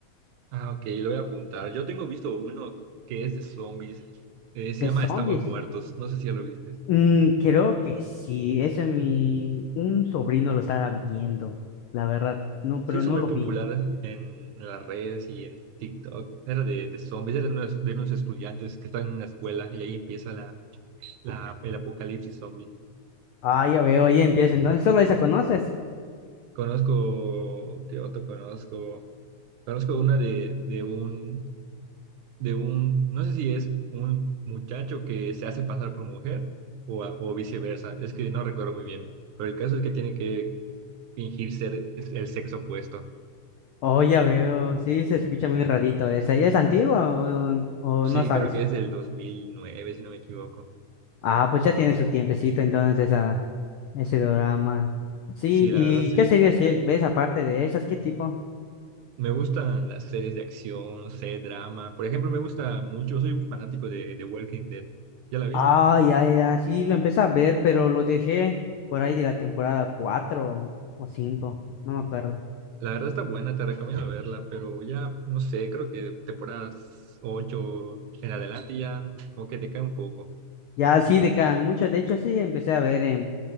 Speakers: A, on the right; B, on the left.
A: Ah, ok, lo voy a apuntar. Yo tengo visto uno que es de zombies. Eh, se
B: De
A: llama
B: zombies.
A: Estamos Muertos. No sé si ya lo viste.
B: Mm, creo que sí, ese mi, un sobrino lo estaba viendo, la verdad, no, pero
A: se hizo
B: no
A: muy
B: lo
A: popular
B: vi.
A: en las redes y en TikTok. Era de, de zombies, era de unos, de unos estudiantes que están en una escuela y ahí empieza la, la- el apocalipsis zombie.
B: Ah, ya veo, ahí empieza, entonces solo esa conoces.
A: Conozco, ¿qué otro conozco? Conozco una de, de un, de un, no sé si es un muchacho que se hace pasar por mujer o, a- o viceversa. Es que no recuerdo muy bien, pero el caso es que tiene que fingir ser el sexo opuesto.
B: Oh, ya veo, sí, se escucha muy rarito esa, ¿y es antigua o, o
A: Sí,
B: no sabes?
A: creo que es del 2009 si no me equivoco.
B: Ah, pues ya tiene su tiempecito entonces esa, ese drama. Sí,
A: Sí,
B: ¿y
A: la verdad, sí.
B: qué series sí ves aparte de esas? ¿Qué tipo?
A: Me gustan las series de acción, no sé, drama. Por ejemplo, me gusta mucho, soy un fanático de The Walking Dead. ¿Ya la viste?
B: Ah, ya, ya, sí, lo empecé a ver, pero lo dejé por ahí de la temporada 4 o 5 no me acuerdo.
A: La verdad está buena, te recomiendo verla, pero ya, no sé, creo que temporadas 8 en adelante ya como que te cae un poco.
B: Ya sí, de cada muchas. De hecho, sí, empecé a ver en,